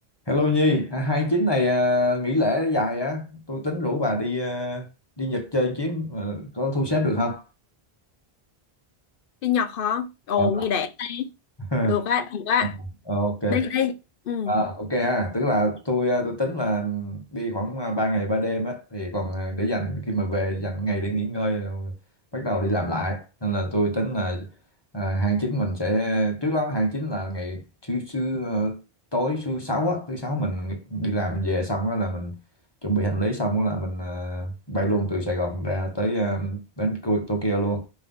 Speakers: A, on the left (about 25°); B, on the left (about 65°).
A: Hello Nhi, à, hai chín này à, nghỉ lễ dài á, tôi tính rủ bà đi à, đi Nhật chơi chuyến, à, có thu xếp được không?
B: Đi Nhật hả? Ồ,
A: Ờ,
B: nghe đã đi.
A: <laughs>
B: Được á, được á.
A: Ờ, ok,
B: Đi, đi. Ừ,
A: À, ok ha, tức là tôi ờ, tôi tính là đi khoảng ờ, 3 ngày 3 đêm á thì còn ờ, để dành khi mà về dành ngày để nghỉ ngơi rồi bắt đầu đi làm lại. Nên là tôi tính là ờ, hàng chính mình sẽ trước đó hàng chính là ngày thứ thứ ờ, tối thứ sáu á, thứ sáu mình đi làm về xong đó là mình chuẩn bị hành lý xong đó là mình ờ, bay luôn từ Sài Gòn ra tới ờ, đến Ko- Tokyo luôn.